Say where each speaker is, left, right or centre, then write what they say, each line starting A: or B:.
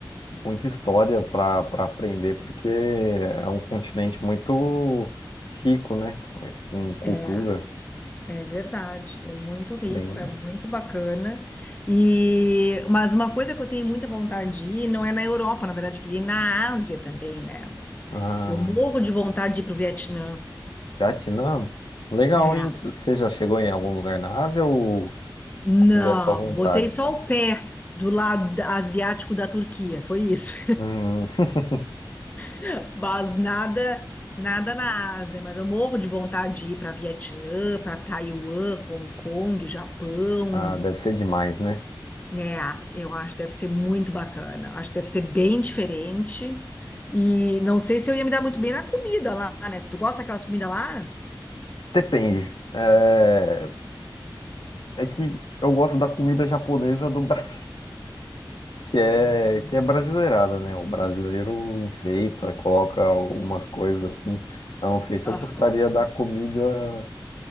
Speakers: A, on the left (about 75°); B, on the left (about 20°).
A: muita história para para aprender, porque é um continente muito rico, né? Em cultura.
B: É, é verdade. É muito rico,
A: Bem...
B: é muito bacana. E, mas uma coisa que eu tenho muita vontade de ir, não é na Europa, na verdade, eu queria ir na Ásia também, né?
A: Ah,
B: Eu morro de vontade de ir para o Vietnã.
A: Vietnã? Legal,
B: É.
A: hein? Você já chegou em algum lugar na Ásia ou
B: Não,
A: ainda é só vontade?
B: botei só o pé do lado da- asiático da Turquia, foi isso.
A: Hum. <laughs>
B: <laughs> Mas nada, nada na Ásia, mas eu morro de vontade de ir para Vietnã, para Taiwan, Hong Kong, Japão.
A: Ah, deve ser demais, né?
B: É, eu acho que deve ser muito bacana. Acho que deve ser bem diferente. E não sei se eu ia me dar muito bem na comida lá, né? Tu gosta daquelas comidas lá?
A: Depende. É, é que eu gosto da comida japonesa do <laughs> Brasil, que é,
B: Ah.
A: que é brasileirada, né? O brasileiro enfeita, coloca umas coisas assim. Eu não sei se
B: Aham.
A: eu gostaria da comida